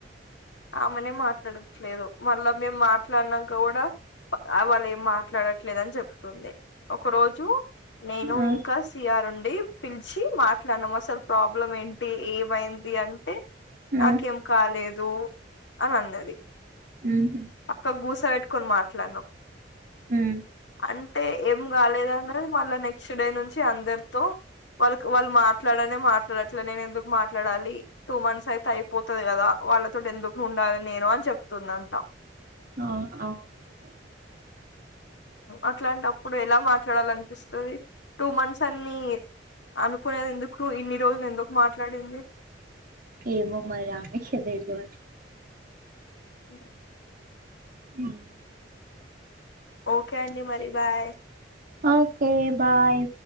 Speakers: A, on the left (about 85°); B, on the right (about 50°).
A: ఆమెనే మాట్లాడట్లేదు మళ్ళా మేము మాట్లాడినాక గూడా వాళ్ళు ఏం మాట్లాడట్లేదు అని చెప్తుంది ఒక రోజు నేను
B: ఆ
A: ఇంకా సిఆర్ ఉండి పిలిచి మాట్లానాం అసలు ప్రా ప్బ్లం ఏంటి ఏమైంది అంటే
B: ఆ
A: నాకేం కాలేదు అని అన్నది
B: ఉహు
A: పక్క గూస పెట్టుకొని మాట్లాడినం
B: ఉమ్
A: ఉంటే ఏం కాలేదు అన్నది మళ్ళ నెక్స్ట్ డే నుంచి చ్చి అందరితో వాళ్ళ వాళ్ళు మాట్లాడనే మాట్లా అట్ల నేను ఎందుకు మాట్లాడాలి టూ మంత్స్ అయితే అయిపోతది కదా, వాళ్ళతోటి ఎందుకు ఉండాలి నేను అని చెప్ చెప్తుందంట
B: ఆ అవునులే
A: అట్లాంటప్పుడు ఎలా మాట్లాడాల అనిపిస్తది టూ మంత్స్ అన్ని అనుకునేది ఎందుకు ఇన్ని రోజులు ఎందుకు మాట్లాడింది
B: ఏమో మరి ఆమెకే దెలువాలి
A: అ
B: హ్మ్
A: ఓకే అండి మరి బాయ్
B: ఓకే బాయ్